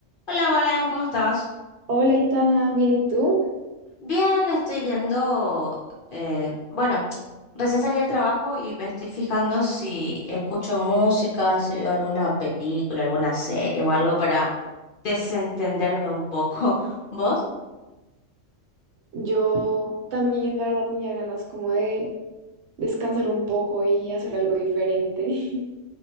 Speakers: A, on the left; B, on the right.
A: Hola Valen, ¿cómo estás?
B: Hola, Itana, ¿bien y tú?
A: Bien, estoy viendo, eh, bueno, recién salí del trabajo y me estoy fijando si escucho música, si veo alguna película, alguna serie o algo para desentenderme un poco. <laughs> ¿Vos?
B: Yo también, la verdad, tenía ganas como de descansar un poco y hacer algo diferente. <laughs>